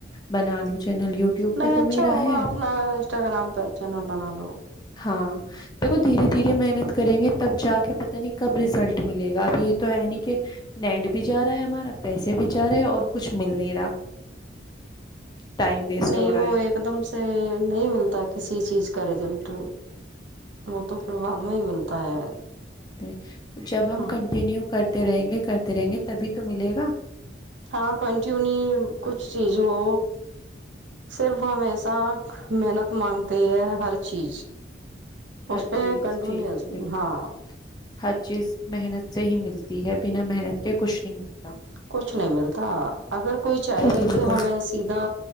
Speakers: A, on the left (about 20°); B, on the right (about 80°).
A: بنا لوں چینل یوٹیوب
B: نہیں
A: پہ تو
B: اچھا
A: میرا
B: ہوگا
A: ہے
B: اپنا انسٹاگرام پہ چینل بنا لو
A: ہاں دیکھو دھیرے دھیرے محنت کریں گے تب جا کے پت نہیں کب ریزلٹ ملے گا اب یہ تو ہے نہیں کہ نیٹ بھی جا رہا ہے ہمارا پیسے بھی جا رہے ہے اور کچھ مل نہیں رہا ٹائم ویسٹ
B: نہیں
A: ہو رہا
B: وہ
A: ہے
B: ایک دم سے نہیں ملتا کسی ک چیز کا رزلٹ وہ تو پھر بعد میں ہی ملتا ہے
A: جی <unintelligible> <inaudible> تو جب ہم
B: ہاں
A: کنٹینیو کرتے رہیں گے کرتے رہیں گے تبھی تو ملے گا
B: ہاں کنٹینو کچھ چیز ہو صرف ہم ایسا محنت مانگتے ہیں ہر چیز
A: ہر
B: اس پہ
A: چیز
B: کنٹینیوس
A: ٹھیک ہے بالکل
B: ہاں
A: ہر چیز محنت سے ہی ملتی ہے بنا محنت کے کچھ نہیں ملتی
B: کچھ نہیں ملتا اگر کوئی چاہے
A: بالکل
B: کہ ہمیں سیدھا